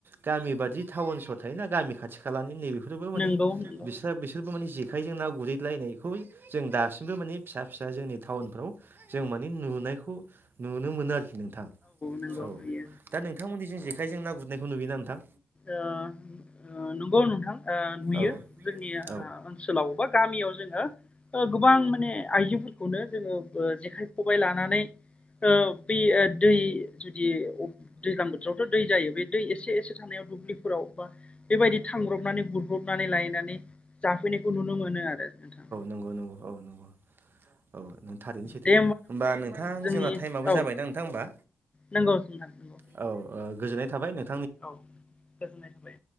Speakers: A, on the right; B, on the left.
A: गामि बादि टाउन सहर थायोना गामि खाथि खालानि नैबे फोरबो माने
B: नंगौ नंगौ
A: बिस्रा बिसोरबो मानि जे खाइजों ना गुरहैलायनायखौ जों दासिमबो माने फिसा फिसा जोंनि टाउनफ्राव जों माने नुनायखौ नुनो मोनो आरोखि नोंथां
B: नंगौ
A: औ
B: नुयो
A: दा नोंथांमोननि जे खायजों ना गुरनायखौ नुयो नोथां।
B: ओ ओ नंगौ नोंथां ओ नुयो
A: औ
B: जोंनि
A: औ नंगौ औ
B: ओनसोलाव बा गामियाव जोङो ओ गोबां माने आइजोफोरखौनो जोङो ओ जेखाइ खबाइ लानानै ओ बि बै दै जुदि दैजल्लां बोथोरावथ' दै जायो बे दै एसे एसे थानायाव दुब्लिफोराव बा बेबायदि थांब्रबनानै गुरब्रबनानै लायनानै जाफैनायखौ नुनो मोनोआरो नोंथां।
A: नंगौ नंगौ औ नंगौ औ थारैनो सैथो
B: दे
A: होमबा नोंथां
B: जोंनि
A: जोंना टाइमआबो
B: औ
A: जाबायना नोंथां होमबा
B: नंगौ नोंथां नंगौ
A: औ ओ गोजोननाय थाबाय नो
B: औ गोजोननाय थाबाय